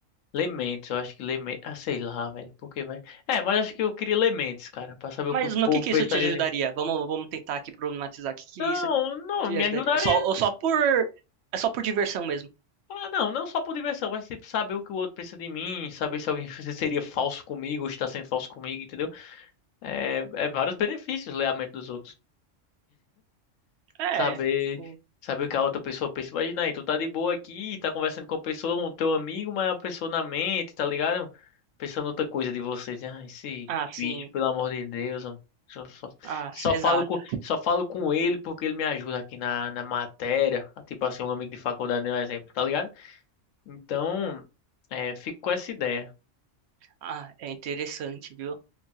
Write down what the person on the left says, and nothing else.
Lementes. Eu acho que Lementes. Ah, sei lá, velho. Por que, vai? É, mas acho que eu queria Lementes, cara. Pra
saber o
que o povo
pensaria
de mim.
Não,
não,
me
ajudaria.
Ah, não, não só por diversão, mas, tipo, saber o que o outro pensa de mim. Saber se alguém <laughs> seria falso comigo ou está sendo falso comigo, entendeu? É, é vários benefícios ler a mente dos outros.
saber
saber o que a outra pessoa pensa. Imagina aí, tu tá de boa aqui, tá conversando com a pessoa, um teu amigo, mas a pessoa na mente, tá ligado? Pensando outra coisa de você. diz, Ah, esse
bicho, pelo amor de Deus, homem, só, só,
só
falo com, só falo com ele porque ele me ajuda aqui na, na matéria. Tipo assim, um amigo de faculdade, né, um exemplo, tá ligado? Então, é, fico com essa ideia.